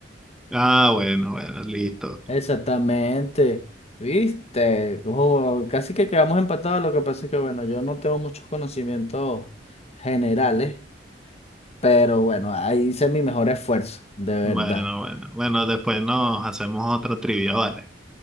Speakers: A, in the centre; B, on the left.
A: ah, bueno, bueno, listo.
B: Exactamente. ¿Viste? Ojo, casi que quedamos empatados. Lo que pasa es que, bueno, yo no tengo muchos conocimientos generales, pero bueno, ahí hice mi mejor esfuerzo, de verdad.
A: Bueno, bueno. Bueno, después nos hacemos otra trivia, vale.